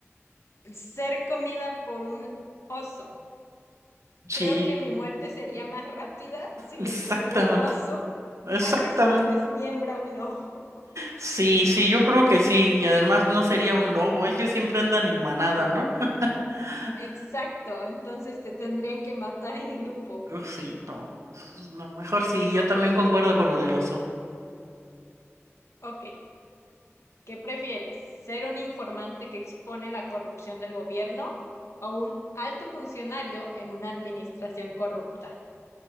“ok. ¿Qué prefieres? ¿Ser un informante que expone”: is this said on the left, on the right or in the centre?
Left